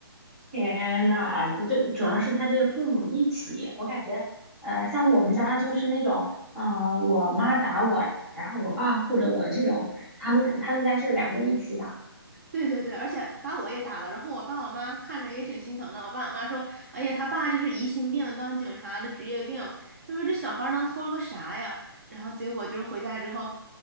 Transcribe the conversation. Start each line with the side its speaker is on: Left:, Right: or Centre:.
Centre: 天呐，这这主要是他这个父母一起，我感觉，呃，像我们家就是那种，嗯，我妈打我，然后我爸护着我这种，他们他们家是两个一起打。
Right: 对对对，而且把我也打了。然后我爸我妈看着也挺心疼的。我爸我妈说：“哎呀，他爸就是疑心病，当警察的职业病。”他说：“这小孩能偷了个啥呀？”然后结果就是回家之后，